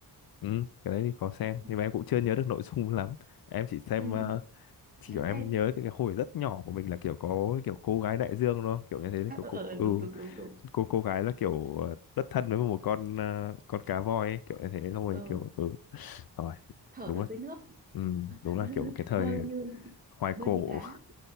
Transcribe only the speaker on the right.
ừ,
ừ,
ừ,
nhớ
tên
ờ,
ờ, ờ,
đúng đúng đúng đúng
ờ,
thở
được
với nước
<laughs>
bơi như
bơi
như cá